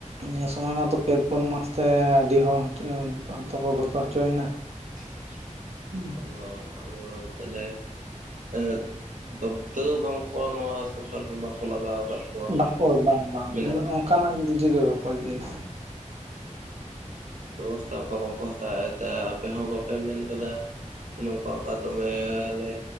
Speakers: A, on the right; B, on the right.
A: ᱱᱤᱭᱟᱹ ᱥᱳᱢᱚᱭ ᱢᱟᱛᱚ ᱯᱮ, ᱯᱩᱱ, ᱢᱟᱥ ᱛᱮ ᱟᱹᱰᱤ ᱦᱚᱲ <unintelligible> ᱠᱚ ᱜᱚ-ᱛᱚ ᱦᱚᱪᱚᱭᱱᱟ᱾
B: <inaudible>
A: <inaudible>
B: ᱚᱸ ᱟᱫᱚ ᱛᱚᱞᱮ ᱮᱸ ᱫᱚᱠᱛᱟᱹᱣ ᱵᱟᱝ ᱠᱚ, ᱱᱚᱣᱟ ᱥᱟᱨᱠᱟᱨ ᱵᱟᱝᱠᱚ ᱞᱟᱜᱟᱣ ᱟᱠᱟᱫ ᱠᱚᱣᱟ
A: ᱵᱟᱠᱚ ᱵᱟᱝ - ᱵᱟᱝ
B: ᱢᱮᱱᱟᱜ
A: ᱚᱱᱠᱟᱱᱟᱜ ᱤᱡᱟᱹᱜᱮ, ᱵᱟᱠᱚ ᱤᱭᱟᱹᱤᱭᱮᱫᱟ᱾
B: ᱵᱮᱵᱚᱥᱛᱷᱟ ᱚᱱᱠᱟ ᱵᱟᱝ ᱠᱚ, ᱦᱟᱛᱟᱣ᱾ ᱟᱯᱮ ᱦᱚᱸ ᱵᱟᱯᱮ ᱢᱮᱱ ᱠᱟᱫᱟ᱾ ᱱᱚᱝᱠᱟ ᱚᱝᱠᱟ ᱫᱚ ᱢᱮᱞᱮ, ᱞᱮ